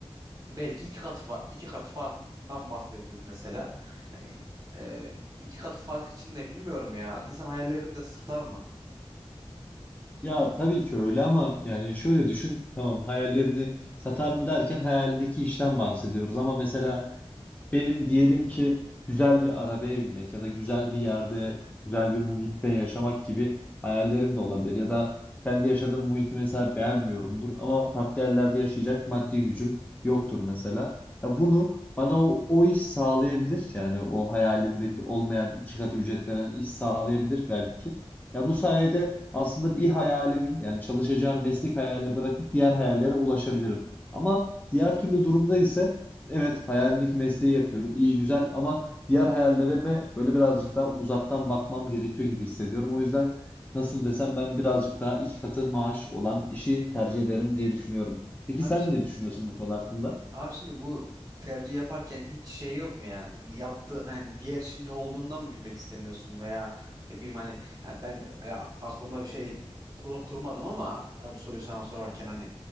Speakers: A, on the right (about 35°); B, on the left (about 15°).
A: belki iki katı fa- iki katı farktan bahsedebiliriz mesela. Hani, e, iki katı fark için de bilmiyorum ya. İnsan hayallerini de satar mı?
B: Ya tabii ki öyle ama yani şöyle düşün. Tamam hayallerini satar mı derken hayalindeki işten bahsediyoruz. Ama mesela Benim diyelim ki güzel bir arabaya binmek ya da güzel bir yerde, güzel bir muhitte yaşamak gibi hayallerim de olabilir. Ya da kendi yaşadığım muhiti mesela beğenmiyorumdur ama farklı yerlerde yaşayacak maddi gücüm yoktur mesela. Ya bunu bana o, o iş sağlayabilir. Yani o hayalimdeki olmayan iki katı ücret veren iş sağlayabilir belki. Ya bu sayede aslında bir hayalimi yani çalışacağım meslek hayalini bırakıp diğer hayallere ulaşabilirim. Ama diğer türlü durumda ise evet hayalindeki mesleği yapıyorum. iyi güzel ama diğer hayallerime böyle birazcık daha uzaktan bakmam gerekiyor gibi hissediyorum. O yüzden nasıl desem ben birazcık daha iki katı maaş olan işi tercih ederim diye düşünüyorum. Peki
A: Abi
B: sen ne düşünüyorsun bu konu hakkında?
A: Abi şimdi bu tercih yaparken hiç şey yok mu yani yaptı hani diğer işin ne olduğunu da mı bilmek istemiyorsun veya ne bileyim hani ya ben e, aklımda bir şey kur- kurmadım ama e, bu soruyu sana sorarken hani